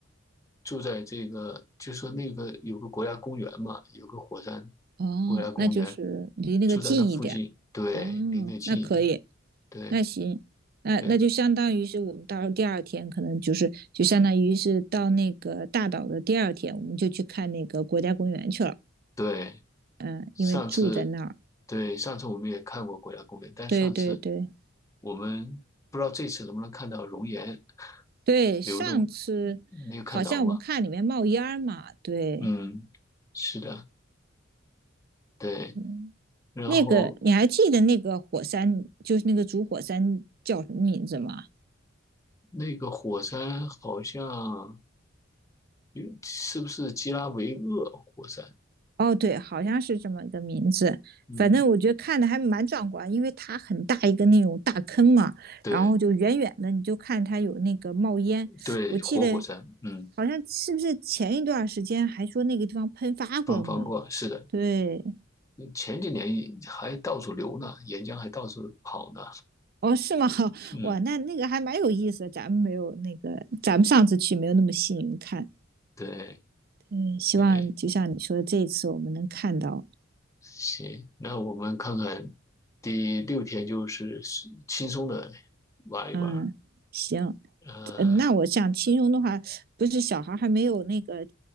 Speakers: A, on the left; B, on the right.
A: 住在这个，就说那个有个国家公园嘛，有个火山
B: 哦，
A: 国家公园，
B: 那就是离那个近一点，
A: 住在那附近，对，
B: 哦，
A: 离那近一点，
B: 那可以，
A: 对
B: 那行，那那就相当于是我们到时候第二天可能就是就相当于是到那个大岛的第二天，
A: 对
B: 我们就去看那个国家公园去了，
A: 对。
B: 嗯，
A: 上次，
B: 因为住在那儿，
A: 对，上次我们也看过国家公园，但上次
B: 对对对。
A: 我们不知道这次能不能看到熔岩
B: 对，
A: 流动，
B: 上次好像我们看里面冒烟儿嘛，
A: 没有看到吗？
B: 对，
A: 嗯，是的，对。
B: 嗯
A: 然后
B: 那个你还记得那个火山，就是那个主火山叫什么名字吗？
A: 那个火山好像有是不是基拉维厄火山？
B: 哦，对，好像是这么一个名字。
A: 嗯，
B: 反正我觉得看的还蛮壮观，因为它很大一个那种大坑嘛，
A: 对
B: 然后就远远的你就看它有那个冒烟。
A: 对，
B: 我记得
A: 活火山，嗯，
B: 好像是不是前一段时间还说那个地方喷发过了呢？
A: 不能放过。是的，
B: 对，
A: 前几年也还到处流呢，岩浆还到处跑呢。
B: 哦，是吗？<laughs>
A: 嗯，
B: 哇，那那个还蛮有意思的，咱们没有那个，咱们上次去没有那么幸运看。
A: 对
B: 嗯，希望就像你说的，
A: 对，
B: 这一次我们能看到。
A: 行，那我们看看第六天就是是轻松的玩一玩。
B: 嗯，行，
A: 呃，
B: 嗯，那我想亲兄的话，不是小孩儿还没有那个，